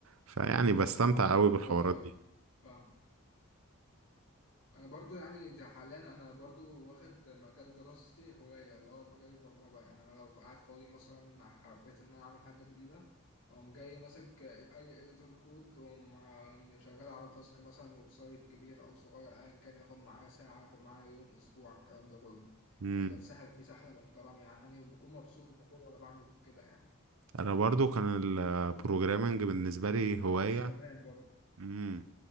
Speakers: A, on the right (about 75°); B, on the left (about 75°).
A: فيعني بستمتع قوي بالحوارات
B: ايوه ايوه
A: دي
B: فاهم انا برضو يعني ده حاليا انا برضو واخد مجال دراستي هواية اللي هو مجال البرمجة يعني انا لو قاعد فاضي مثلا حبيت ان انا اعمل حاجة جديدة اقوم جاي ماسك اي اديتور كود واقوم شغال على تاسك مثلا ويب سايت كبير او صغير ايا كان ياخد معايا ساعة ياخد معايا يوم اسبوع الكلام ده كله
A: مم.
B: يعني بتسحل فيه سحلة محترمة يعني وبكون مبسوط وفخور وانا بعمل كده يعني
A: انا برضو كان البروجرامنج بالنسبة لي هواية
B: على عكس زمان برضو
A: مم.